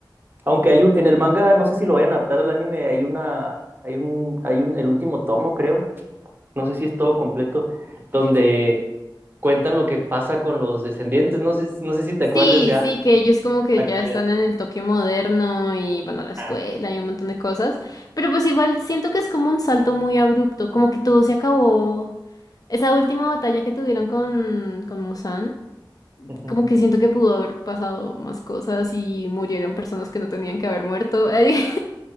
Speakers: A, on the right; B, on the left.
A: Aunque hay un, en el manga, no sé si lo vayan a adaptar al anime, hay una, hay un, hay un, el último tomo, creo. No sé si es todo completo, donde cuentan lo que pasa con los descendientes. No sé, no sé si te
B: Sí,
A: acuerdes ya
B: sí, que ellos como que
A: la
B: ya
A: calidad.
B: están en el toque moderno y bueno, la escuela
A: Ah,
B: y un montón de cosas, pero pues igual siento que es como un salto muy abrupto, como que todo se acabó. Esa última batalla que tuvieron con, con Muzan,
A: ujú.
B: como que siento que pudo haber pasado más cosas y murieron personas que no tenían que haber muerto. <laughs>